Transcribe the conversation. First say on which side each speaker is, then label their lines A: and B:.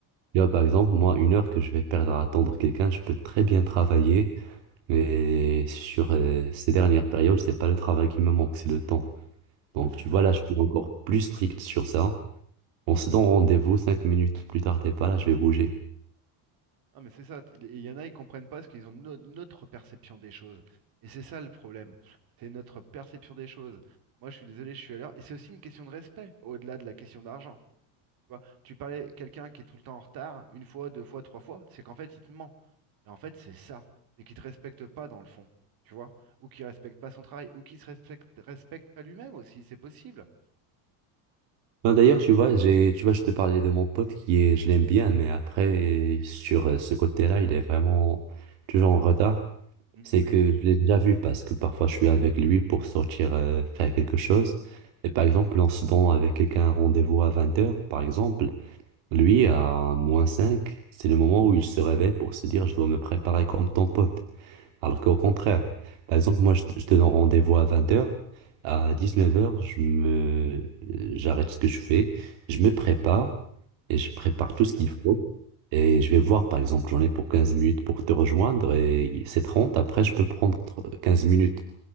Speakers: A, on the right; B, on the right.
A: Tu vois, par exemple, moi, une heure que je vais perdre à attendre quelqu'un, je peux très bien travailler, mais sur euh, ces dernières périodes, c'est pas le travail qui me manque, c'est le temps. Donc,
B: Ah, c'est
A: tu
B: ça.
A: vois, là, je suis encore plus strict sur ça. On se donne rendez-vous, cinq minutes plus tard, t'es pas là, je vais bouger.
B: Non, mais c'est ça. t- Il y en a, ils comprennent pas parce qu'ils ont no- notre perception des choses. Et c'est ça le problème. C'est notre perception des choses. Moi, je suis désolé, je suis à l'heure. Et c'est aussi une question de respect, au-delà de la question d'argent. Tu vois, tu parlais quelqu'un qui est tout le temps en retard, une fois, deux fois, trois fois, c'est qu'en fait, il te ment. Et en fait, c'est ça, c'est qu'il te respecte pas dans le fond, tu vois, ou qu'il respecte pas son travail, ou qu'il se respecte, respecte pas lui-même aussi, c'est possible.
A: Non, d'ailleurs, tu vois, j'ai, tu vois, je te parlais de mon pote qui est, je l'aime bien, mais après, sur euh, ce côté-là, il est vraiment toujours en retard.
B: Hmm,
A: C'est
B: oui,
A: que je l'ai déjà vu parce que parfois je suis avec lui pour sortir, euh, faire quelque chose. Et par exemple, on se donne avec quelqu'un un rendez-vous à 20h, par exemple. Lui, à moins 5 c'est le moment où il se réveille pour se dire, je dois me préparer comme ton pote. Alors qu'au contraire, par exemple, moi, je, je te donne rendez-vous à 20 heures. À 19 heures, je me, euh, j'arrête ce que je fais. Je me prépare et je prépare
B: ah, c'est
A: tout ce
B: ça.
A: qu'il faut. Et je vais voir, par exemple, j'en ai pour 15 minutes pour te rejoindre et c'est 30. Après, je peux prendre tr- 15 minutes.